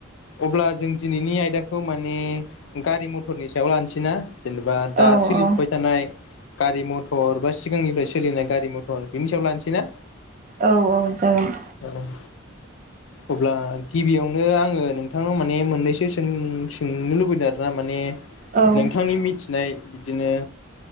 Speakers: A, on the left; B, on the right.
A: अब्ला जों दिनैनि आयदाखौ माने गारि मथरनि सायाव लानोसै ना जेनेबा दा
B: औ
A: सोलिफुबाय
B: औ
A: थानाय गारि मथर बा सिगांनिफ्राय सोलिनाय गारि मथर बिनि सायाव लानोसै ना
B: औ औ जागोन
A: औ अब्ला गिबियावनो आङो नों नोंथाङाव माने मोननैसो सों सोंनो लुबैदों आरोना माने
B: औ ओ
A: नोंथांनि मिथिनाय बिदिनो